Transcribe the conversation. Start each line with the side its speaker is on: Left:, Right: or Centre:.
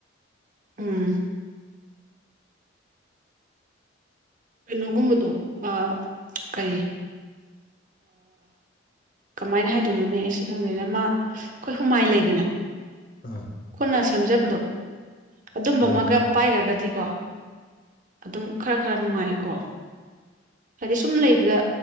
Right: ꯎꯝ ꯀꯩꯅꯣꯒꯨꯝꯕꯗꯣ ꯑ ꯀꯔꯤ ꯀꯃꯥꯏꯅ ꯍꯥꯏꯗꯣꯏꯅꯣꯅꯦ ꯑꯩ ꯁꯤ ꯈꯪꯗꯣꯏꯅꯦ ꯃꯥ ꯑꯩꯈꯣꯏ ꯍꯨꯃꯥꯏ ꯂꯩꯗꯅ
Left: ꯑꯥ
Right: ꯑꯩꯈꯣꯏꯅ ꯁꯦꯝꯖꯕꯗꯣ ꯑꯗꯨꯝꯕ
Left: ꯍꯣꯏ
Right: ꯑꯃꯒ
Left: ꯍꯣꯏ
Right: ꯄꯥꯏꯈ꯭ꯔꯒꯗꯤ ꯀꯣ ꯑꯗꯨꯝ ꯈꯔ-ꯈꯔ ꯅꯨꯡꯉꯥꯏ꯫ ꯀꯣ ꯍꯥꯏꯗꯤ ꯁꯨꯝ ꯂꯩꯕꯗ